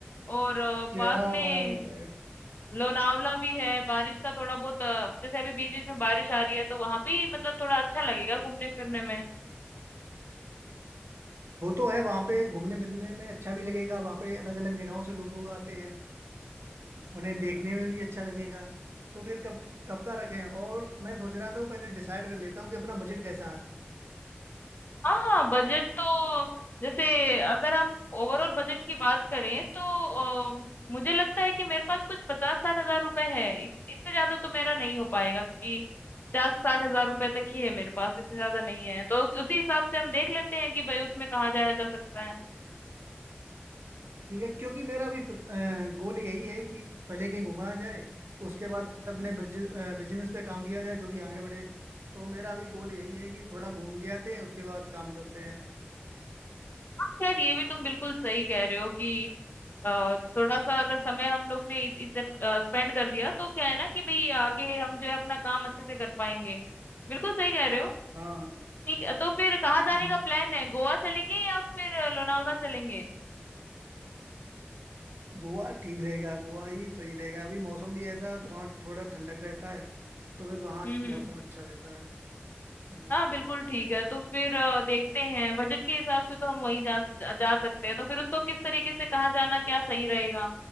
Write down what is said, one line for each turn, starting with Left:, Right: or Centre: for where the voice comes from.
Left: और अ,
Right: क्या
Left: पास में
Right: बात है
Left: लोनावला भी है बारिश का थोड़ा बहुत अ, जैसे अभी बीच बीच में बारिश आ रही है तो वहां भी मतलब थोड़ा अच्छा लगेगा घूमने फिरने में
Right: वो तो है वहाँ पे घूमने फिरने में अच्छा भी लगेगा वहाँ पे अलग अलग जगहों से लोग आते हैं उन्हें देखने में भी अच्छा लगेगा तो फिर कब कब का रखें और मैं सोच रहा था वो पहले डिसाइड कर लेता हूँ कि अपना बजट कैसा है
Left: हाँ हाँ बजट तो जैसे अगर हम ओवरऑल बजट की बात करें तो अ, मुझे लगता है कि मेरे पास कुछ पचास साठ हजार रुपए है इस- इससे ज्यादा तो मेरा नहीं हो पाएगा क्योंकि पचास साठ हजार रुपए तक ही है मेरे पास इससे ज्यादा नहीं है तो उसी हिसाब से हम देख लेते हैं कि भाई उसमें कहाँ जाया जा सकता है
Right: ठीक है क्योंकि मेरा भी अ, गोल यही है कि पहले कहीं घुमा जाए उसके बाद अपने बिजनेस पे काम किया जाए जो कि आगे बढ़े तो मेरा भी गोल यही है कि थोड़ा घूम के आते हैं उसके बाद काम करते हैं
Left: हाँ, खैर ये भी तुम बिल्कुल सही कह रहे हो कि अ, थोड़ा सा अगर समय हम लोग ने इध- इधर स्पेंड कर दिया तो क्या है ना कि भाई आगे हम जो है अपना काम अच्छे से कर पाएंगे बिल्कुल सही कह रहे हो
Right: हाँ
Left: ठीक है तो फिर कहाँ जाने
Right: हम्म,
Left: का प्लान है गोवा चलेंगे या फिर अ, लोनावला चलेंगे
Right: गोवा ठीक रहेगा गोवा ही सही रहेगा अभी मौसम भी ऐसा है तो वहाँ थोड़ा ठंडक रहता है तो फिर वहाँ
Left: हम्म हम्म
Right: मौसम अच्छा रहता है हम्म,
Left: हाँ बिल्कुल ठीक है तो फिर अ, देखते हैं बजट के हिसाब से तो हम वहीं जा, जा जा सकते हैं तो फिर उसको किस तरीके से कहाँ जाना क्या सही रहेगा